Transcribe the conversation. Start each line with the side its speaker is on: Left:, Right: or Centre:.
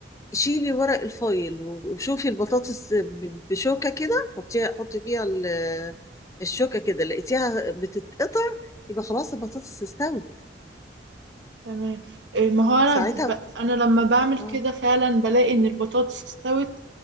Left: شيلي ورق الفايل وشوفي البطاطس ب- بشوكة كده حطيها حطي فيها ال- الشوكة كده لقيتيها بتتقطع يبقى خلاص البطاطس استوت
Right: تمام إيه ما هو انا
Left: ساعتها
Right: ب... انا لما بعمل
Left: اه
Right: كده فعلا بلاقي ان البطاطس استوت